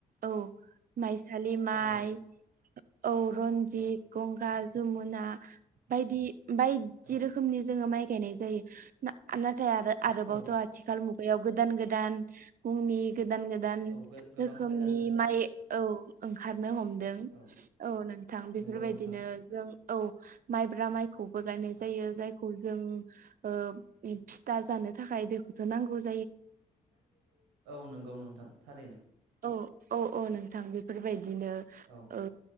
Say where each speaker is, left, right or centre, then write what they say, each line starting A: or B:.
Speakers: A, on the right; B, on the right.
A: औ माइसालि माइ
B: थारैनो
A: औ रन्जित,
B: औ
A: गंगा, जमुना बायदि बायदि
B: औ
A: रोखोमनि जोङो माइ गायनाय जायो ना ना थाय आरो आरोबावथ'
B: औ
A: आथिखाल मुगायाव गोदान गोदान हुमनि गोदान गोदान
B: औ गोबां
A: रोखोमनि
B: गोदान
A: माइ औ ओंखारनो हमदों
B: औ
A: औ नोंथां बेफोरबायदिनो
B: नंगौ नोंथां
A: जों औ माइब्रा माइखौबो गायनाय
B: औ
A: जायो जायखौ जो जों ओ फिथा जानो थाखाय बेखौथ' नांगौज
B: <inaudible> औ नंगौ नोंथां थारैनो।
A: अ औ औ नोंथां बेफोरबायदिनो
B: औ
A: ओ